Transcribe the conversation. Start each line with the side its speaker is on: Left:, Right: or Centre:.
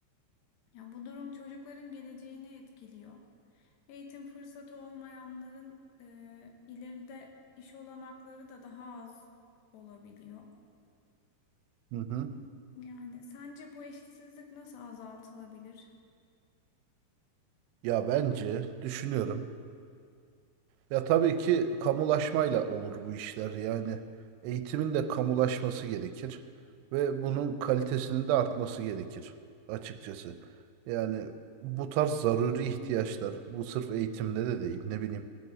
Left: Yani bu durum çocukların geleceğini etkiliyor. Eğitim fırsatı olmayanların e, ileride iş olanakları da daha az olabiliyor.
Right: Hı hı.
Left: Yani sence bu eşitsizlik nasıl azaltılabilir?
Right: Ya bence düşünüyorum. Ya tabii ki kamulaşmayla olur bu işler. Yani eğitimin de kamulaşması gerekir ve bunun kalitesinin de artması gerekir açıkçası. Yani bu tarz zaruri ihtiyaçlar bu sırf eğitimde de değil ne bileyim